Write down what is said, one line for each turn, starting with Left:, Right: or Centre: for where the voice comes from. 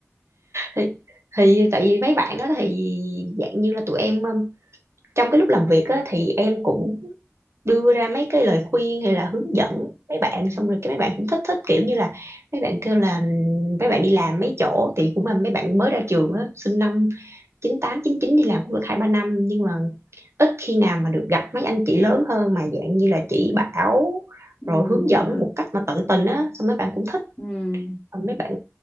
Right: thì, thì tại vì mấy bạn đó thì dạng như là tụi em um, trong cái lúc làm việc á, thì em cũng đưa ra mấy cái lời khuyên hay là hướng dẫn mấy bạn xong rồi cái mấy bạn cũng thích thích kiểu như là mấy bạn kêu là mấy bạn đi làm mấy chỗ thì cũng là mấy bạn mới ra trường á sinh năm chín tám chín chín đi làm cũng được hai ba năm nhưng mà ít khi nào mà được gặp mấy anh chị lớn hơn mà dạng như là chỉ bảo
Left: ừ
Right: rồi hướng dẫn
Left: được.
Right: một cách mà tận tình á xong mấy bạn cũng thích
Left: ừ
Right: mấy bạn